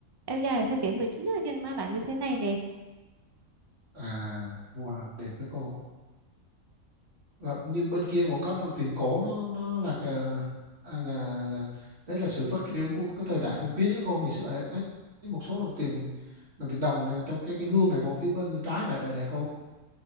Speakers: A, on the right; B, on the right.
A: Áo dài của thế kỷ 19 á, nhưng nó lại như thế này nè.
B: à wow đẹp với cô và như bên kia vẫn có đồng tiền cổ nó nó là cái, à, là là đấy là sự phát triển của cái thời đại phong kiến đó cô ngày xưa em thấy một số đồng tiền đồng tiền đồng này, trong cái cái gương này cô phía bên bên trái này đây đây cô